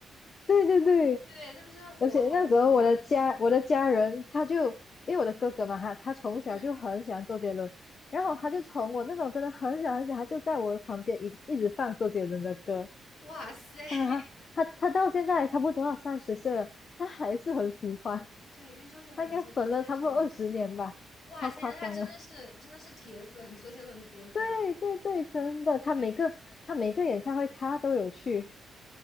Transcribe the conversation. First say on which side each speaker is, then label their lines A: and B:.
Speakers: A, on the left; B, on the left.
A: 对对对。
B: 对他们真的火了好久。
A: 而且那时候我的家我的家人他就因为我的哥哥嘛，他他从小就很喜欢周杰伦，
B: 嗯
A: 然后他就从我那种真的很小很小，
B: 啊，
A: 他就在我的旁边一一直放周杰伦的歌。
B: 哇塞，<laughs>
A: 当然他他他到现在差不多要三十岁了，他还是很喜欢，
B: 对，因为周杰伦有些歌确实很不错。
A: 他应该粉了差不多二十年吧，
B: 哇塞，
A: 超夸张啊！
B: 那他真的是真的是铁粉，周杰伦铁粉啊
A: <laughs> 对对对，真的，他每个他每个演唱会他都有去，
B: 对。